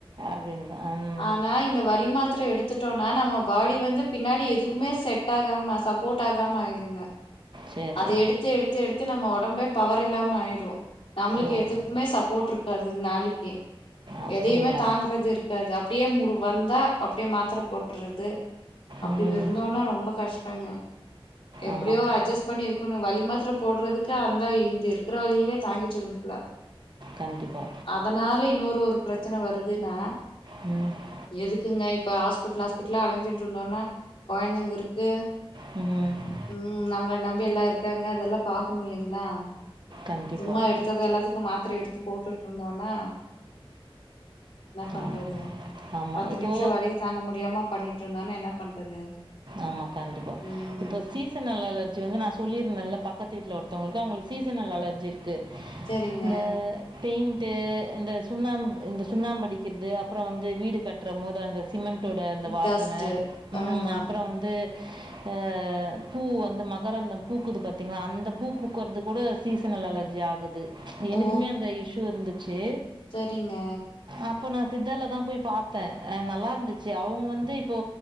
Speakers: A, on the right; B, on the left.
A: அப்டின்னுதா ம்
B: ஆனா இந்த வலி மாத்திரை எடுத்துட்டோம்னா நம்ம பாடி வந்து பின்னாடி எதுக்குமே செட் டாகம சப்போர்ட் ஆகாம ஆயிடுங்க
A: சரி,
B: அத
A: சரி.
B: எடுத்தெ எடுத்தெ எடுத்தே நம்ம ஒடம்பே பவர் இல்லாம ஆயிரோ நம்மளுக்கு
A: ஓ!
B: எதுக்குமே சப்போர்ட் இருக்காது நாளைக்கி
A: அப்டிங்களா?
B: எதயுமே தாங்குறது இருக் காது அப்டியே மூட் வந்தா அப்டியே மாத்திர போட்றுது அப்டி
A: ம்.
B: விருந்தாலூ ரொம்ப கஷ்டங்க எப்டியோ
A: ஆமா.
B: ஒரு அட்ஜஸ்ட் பண்ணியிருக்கணோ வலி மாத்திர போட்றதுக்கு அந்த இங்க இருக்கிற வலியவே தாங்கிட்டு இருந்துக்கலா
A: கண்டிப்பா
B: அதனால இன்னொரு ஒரு பிரச்சனை வருதுனா
A: ம்
B: எதுக்குங்க இப்போ ஹாஸ்பிட்டல் ஹாஸ்பிட்லா அலஞ்சிட்டு இருந்தோன்னா கொழந்தைங்க இருக்கு
A: ம்
B: ம் நம்மள நம்பியெல்லா இருக்காங்க அதெல்லா பாக்கணோ இல்லைங்களா
A: கண்டிப்பா.
B: சும்மா எடுத்தது எல்லாத்து... அந்த மாத்திர எடுத்து போட்டுட்டு இருந்தோன்னா பண்றது
A: ஆமா. ஆமா.
B: பத்து
A: இப்போ
B: நிமிஷோ வலிய தாங்க முடியாம பண்ணிட்டுருந்தோன்னா என்ன பண்றது
A: ஆமா கண்டிப்பா
B: ம்
A: இப்ப சீசன் நாள்ல அத் வந்து நா சொல்லிருந்தேன்ல பக்கத்து வீட்ல ஒருத்தவங்களுக்கு அவங்களுக்கு சீசனல் அலர்ஜி இருக்கு
B: சரிங்க
A: இந்த பெயிண்ட்டு இந்த சுண்ணாம்பு இந்த சுண்ணாம்படிக்கிறது அப்றோ வந்து வீடு கட்றம் போது அந்த சிமெண்டோட அந்த வாசனை
B: டஸ்ட்டு
A: ம்
B: ஆமா
A: அப் வந்து அ பூ வந்து மகரந்தம் பூக்குது பாத்தீங்களா அந்தப் பூ பூக்கற்து கூட சீசனல் அலர்ஜி ஆகுது எனக்குமே
B: ஓ
A: அந்த இஸ்யூ இருந்துச்சு
B: சரிங்க
A: அப்போ நா சித்தால தா போய் பாத்தேன் அ நல்லா இருந்துச்சு அவங்க வந்து இப்போ